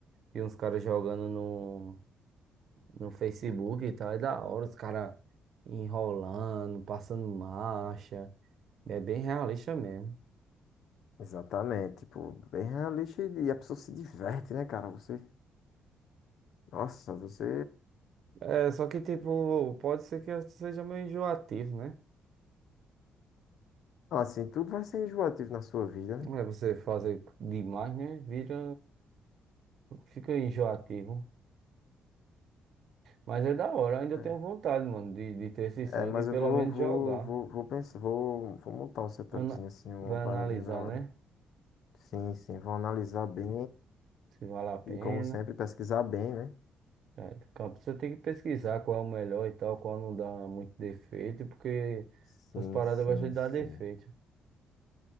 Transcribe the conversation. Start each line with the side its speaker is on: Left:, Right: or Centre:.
Right: de uns caras jogando no no Facebook e tal, é da hora, os caras enrolando, passando marcha. É bem realista mesmo.
Left: Exatamente, tipo, bem realista e e a pessoa se diverte, né, cara? Você, nossa, você,
Right: É, só que tipo, pode ser que seja meio enjoativo, né?
Left: Ah, assim, tudo vai ser enjoativo na sua vida,
Right: Não
Left: né?
Right: É, Você fazer demais, né? Vira, fica enjoativo. Mas é da hora, eu ainda
Left: É,
Right: tenho vontade, mano, de, de ter esse sonho,
Left: É, mas
Right: de pelo
Left: eu vou,
Right: menos
Left: vou,
Right: jogar.
Left: vou, vou pensar, vou, vou montar um setupzinho
Right: Ana-
Left: assim, uma
Right: Vai
Left: paradinha
Right: analisar,
Left: da hora.
Right: né?
Left: Sim, sim, vou analisar bem
Right: Se vale a pena.
Left: e, como sempre, pesquisar bem, né?
Right: É, Campo, você tem que pesquisar qual é o melhor e tal, qual não dá muito defeito, porque
Left: Sim,
Right: essas paradas
Left: sim,
Right: gostam de
Left: sim.
Right: dar defeito.